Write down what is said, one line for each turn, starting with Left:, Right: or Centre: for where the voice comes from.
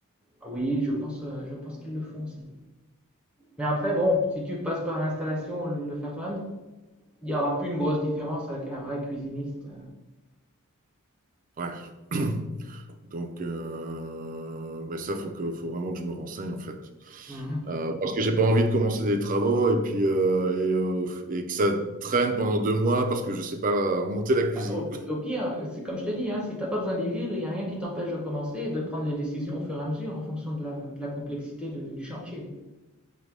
Centre: Ah Oui, je pense, euh, je pense qu'ils le font aussi. Mais après, bon, si tu passes par l'installation, le, le faire toi-même, il n'y aura plus une grosse différence avec un vrai cuisiniste. euh.
Right: Ouais. <coughs> <clears throat> Donc, euh, ben ça, faut que, faut vraiment que je me renseigne en fait,
Centre: Mhm.
Right: Euh, parce que j'ai pas envie de commencer des travaux et puis euh, et, euh, et que ça traîne pendant deux mois parce que je sais pas monter la cuisine.
Centre: Au, au pire, c'est comme je te dis, hein, si tu n'as pas besoin d'y vivre, il n'y a rien qui t'empêche de commencer et de prendre les décisions au fur et à mesure en fonction de la, de la complexité de- du chantier.